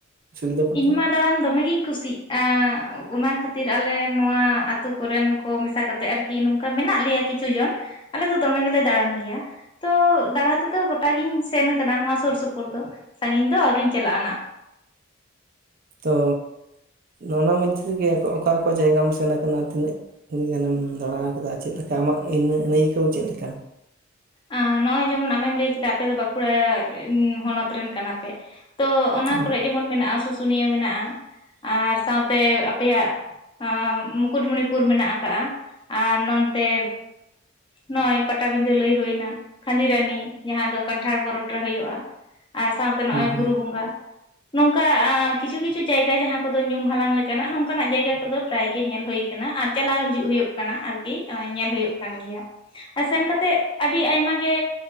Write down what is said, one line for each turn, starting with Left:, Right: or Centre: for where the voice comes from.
Right: ᱥᱤᱞᱫᱟᱹ
Left: ᱤᱧ
Right: ᱯᱟᱛᱟ
Left: ᱢᱟ ᱫᱟᱬᱟᱱ ᱫᱚᱢᱮᱜᱤᱧ ᱠᱩᱥᱤᱜ-ᱟ᱾ ᱚᱱᱟ ᱠᱷᱟᱹᱛᱤᱨ ᱟᱞᱮ ᱱᱚᱣᱟ ᱟᱛᱩ ᱠᱚᱨᱮᱱ ᱠᱚ ᱢᱮᱥᱟ ᱠᱟᱛᱮᱫ ᱟᱨᱠᱤ ᱱᱚᱝᱠᱟ ᱢᱮᱱᱟᱜ ᱞᱮᱭᱟ ᱠᱤᱪᱷᱩ ᱡᱚᱱ᱾ ᱟᱞᱮ ᱫᱚ ᱫᱚᱢᱮ ᱜᱮᱞᱮ ᱫᱟᱬᱟᱱ ᱜᱮᱭᱟ᱾ ᱛᱚ, ᱫᱟᱬᱟ ᱛᱮᱫᱚ ᱜᱚᱴᱟᱜᱤᱧ ᱥᱮᱱ ᱠᱟᱱᱟ ᱱᱚᱣᱟ ᱥᱩᱨ ᱥᱩᱯᱩᱨ ᱫᱚ ᱥᱟᱺᱜᱤᱧ ᱫᱚ ᱟᱹᱣᱨᱤᱧ ᱪᱟᱞᱟᱜᱼᱟ ᱱᱟᱜ᱾
Right: ᱛᱚ, ᱱᱚᱜ-ᱚᱱᱟ ᱢᱚᱫᱽᱫᱷᱮ ᱨᱮᱜᱮ ᱚᱠᱟ ᱚᱠᱟ ᱡᱟᱭᱜᱟᱢ ᱥᱮᱱ ᱟᱠᱟᱱᱟ ᱛᱤᱱᱟᱹᱜ? ᱛᱤᱱᱟᱹᱜ ᱜᱟᱱᱮᱢ ᱫᱟᱬᱟ ᱟᱠᱟᱫᱟ ᱪᱮᱫ ᱞᱮᱠᱟ, ᱟᱢᱟᱜ ᱤᱱᱟᱹ ᱟᱹᱱᱟᱹᱭᱠᱟᱹᱣ ᱪᱮᱫ ᱞᱮᱠᱟ?
Left: ᱟᱸ, ᱱᱚᱜ-ᱚᱭ ᱡᱮᱢᱚᱱ ᱟᱢᱮᱢ ᱞᱟᱹᱭ ᱠᱮᱫᱟ ᱟᱯᱮ ᱫᱚ ᱵᱟᱸᱠᱩᱲᱟ ᱦᱚᱱᱚᱛ ᱨᱮᱱ ᱠᱟᱱᱟ ᱯᱮ᱾ ᱛᱚ, ᱚᱱᱟ
Right: ᱦᱮᱸ
Left: ᱠᱚᱨᱮ ᱡᱮᱢᱚᱱ ᱢᱮᱱᱟᱜ-ᱟ ᱥᱩᱥᱩᱱᱤᱭᱟᱹ ᱢᱮᱱᱟᱜ-ᱟ ᱟᱨ ᱥᱟᱶᱛᱮ ᱟᱯᱮᱭᱟᱜ ᱟᱸ, ᱢᱩᱠᱩᱴᱢᱩᱱᱤᱯᱩᱨ ᱢᱮᱱᱟᱜ ᱟᱠᱟᱜ-ᱟ ᱟᱨ ᱱᱚᱱᱛᱮ ᱱᱚᱜ-ᱚᱭ ᱯᱟᱴᱟᱵᱤᱸᱫᱟᱹ ᱞᱟᱹᱭ ᱦᱩᱭᱱᱟ ᱠᱷᱟᱸᱫᱟᱨᱟᱱᱤ ᱡᱟᱦᱟᱸ ᱫᱚ ᱠᱟᱱᱴᱷᱟᱲ ᱯᱚᱨᱚᱵᱽ ᱨᱮ ᱦᱩᱭᱩᱜ-ᱟ ᱟᱨ ᱥᱟᱶ ᱛᱮ ᱱᱚᱜ-ᱚᱭ
Right: ᱦᱩᱸ ᱦᱩᱸ
Left: ᱵᱩᱨᱩ ᱵᱚᱸᱜᱟ᱾ ᱱᱚᱝᱠᱟ ᱠᱤᱪᱷᱩ ᱠᱤᱪᱷᱩ ᱡᱟᱭᱜᱟ ᱡᱟᱦᱟᱸ ᱠᱚᱫᱚ ᱧᱩᱢ ᱦᱟᱞᱟᱝ ᱞᱮᱠᱟᱱᱟᱜ ᱱᱚᱝᱠᱟᱱᱟᱜ ᱡᱟᱭᱜᱟ ᱠᱚᱫᱚ ᱯᱨᱟᱭ ᱜᱮ ᱧᱮᱞ ᱦᱳᱭ ᱠᱟᱱᱟ ᱟᱨ ᱪᱟᱞᱟᱣ ᱦᱤᱡᱩᱜ ᱦᱩᱭᱩᱜ ᱠᱟᱱᱟ ᱟᱨᱠᱤ ᱧᱮᱞ ᱦᱚᱭᱳᱜ ᱠᱟᱱ ᱜᱮᱭᱟ, ᱟᱨ ᱥᱮᱱ ᱠᱟᱛᱮᱜ ᱟᱹᱰᱤ ᱟᱭᱢᱟ ᱜᱮ